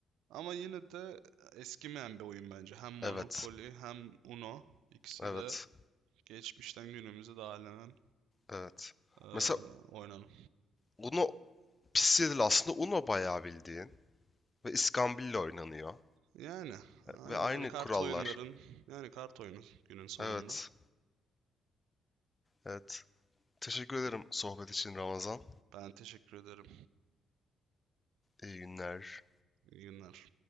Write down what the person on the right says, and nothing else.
ama yine de e, eskimeyen bir oyun bence. Hem Monopoly
hem Uno ikisi
de geçmişten günümüze dağılanan
eee
oynanan.
Yani, aynen,
yani kart
oyunların yani kart oyunu günün sonunda.
Ben teşekkür ederim.
İyi günler.